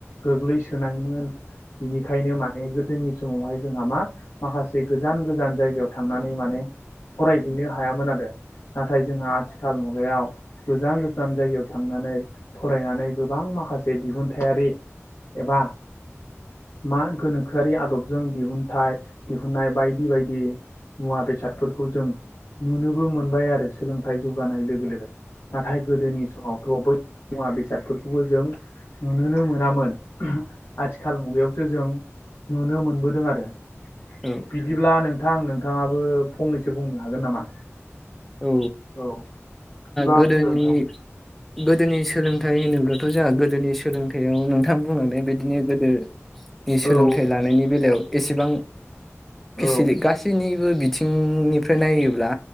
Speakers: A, on the left; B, in the centre.
A: गोग्लैसोनायमोन बिनिखायनो माने जोंनि समावहाय जोंहा मा माखासे गोजान गोजान जायगायाव थांनानै माने फरायहैनो हायामोन आरो नाथाय जोंहा आथिखाल मुगायाव गोजान गोजान जायगायाव थांनानै फरायनानै गोबां माखासे दिहुनथायारि एबा मा गोनोखोआरि आदबजों दिहुनथाइ दिहुननाय बायदि बायदि मुवा बेसादफोरखौ जों नुनोबो मोनबाय आरो सोलोंथाइ जौगानाय लोगो लोगो। नाथाय गोदोनि समावथ' बै मुवा बेसादफोरखौबो जों नुनोनो मोनामोन आथिखाल मुगायावसो जों नुनो मोनबोदों आरो
B: औ
A: बिदिब्ला नोंथां नोंथाङाबो फंनैसो बुंनो हागोन नामा
B: औ
A: औ बिदिबा
B: गोदोनि
A: बुंदो नोंथां
B: गोदोनि सोलोंथाइ होनोब्लाथ' जोंहा गोदोनि सोलोंथाइयाव नोंथां बुंलांनाय बादिनो गोदो नि सोलोंथाइ
A: औ
B: लानायनि बेलायाव एसेबां फेसिलि
A: औ
B: गासि- गासैनिबो बिथिंनिफ्राय नायोब्ला